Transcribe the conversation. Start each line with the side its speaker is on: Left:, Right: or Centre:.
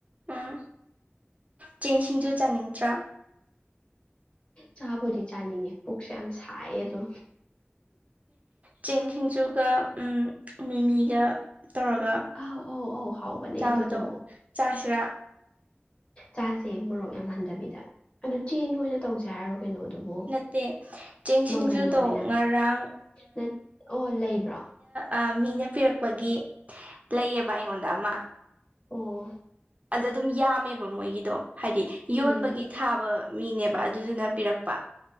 Right: ꯎꯝ ꯆꯦꯡꯁꯤꯡꯁꯨ ꯆꯥꯅꯤꯡꯇ꯭ꯔꯥ
Left: ꯆꯥꯕꯨꯗꯤ ꯆꯥꯅꯤꯡꯉꯦ ꯄꯨꯛꯁꯦ ꯌꯥꯝ ꯁꯥꯏꯌꯦ ꯑꯗꯣ
Right: ꯆꯤꯡ ꯁꯤꯡꯖꯨꯒ ꯃꯤꯃꯤꯒ ꯇꯧꯔꯒ
Left: ꯑꯧ ꯑꯧ ꯑꯧ ꯍꯥꯎꯕꯅꯦ
Right: ꯆꯥꯕꯗꯣ
Left: ꯑꯗꯨꯗꯣ
Right: ꯆꯥꯁꯤꯔꯥ
Left: ꯆꯥꯁꯦ ꯃꯣꯔꯣꯛ ꯌꯥꯝ ꯍꯟꯊꯕꯤꯗ ꯑꯗꯨ ꯆꯦꯡ ꯑꯣꯏꯅ ꯇꯧꯁꯦ ꯍꯥꯏꯔꯣ ꯀꯩꯅꯣ ꯑꯗꯨꯕꯨ
Right: ꯅꯠꯇꯦ ꯆꯦꯡ ꯁꯤꯡꯖꯨꯗꯣ
Left: ꯃꯪꯒꯜꯟꯅ ꯑꯣꯏꯅ
Right: ꯉꯔꯥꯡ
Left: ꯅꯠ ꯑꯣ ꯂꯩꯕ꯭ꯔꯥ
Right: ꯑ ꯃꯤꯅ ꯄꯤꯔꯛꯄꯒꯤ ꯂꯩꯌꯦꯕ ꯑꯩꯉꯣꯟꯗ ꯑꯃ
Left: ꯑꯣ
Right: ꯑꯗ ꯑꯗꯨꯝ ꯌꯥꯝꯃꯦꯕ ꯃꯣꯏꯒꯤꯗꯣ ꯍꯥꯏꯗꯤ ꯌꯣꯟꯕꯒꯤ
Left: ꯎꯝ
Right: ꯊꯥꯕ ꯃꯤꯅꯦꯕ ꯑꯗꯨꯗꯨꯅ ꯄꯤꯔꯛꯄ